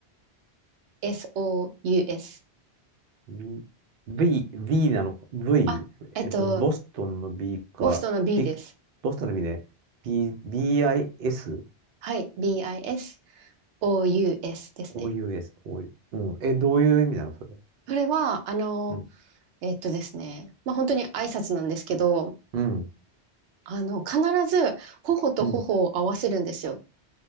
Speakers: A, on the right; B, on the right.
A: B-I-S-O-U-S。
B: ?V、V、V なのか ?V、
A: あ、えっと、
B: えっと、ボストンの B か、
A: ボストンの B
B: ビク、
A: です。
B: ボストンの B ね。B、BIS、
A: はい。B-I-S-O-U-S ですね。
B: OUS、o うん。え、どういう意味なのそれ。
A: それは、あの、
B: うん。
A: えっとですね、まあ、本当に挨拶なんですけど、
B: うん。
A: あの、必ず、頬と頬を合わせるんですよ。
B: うん。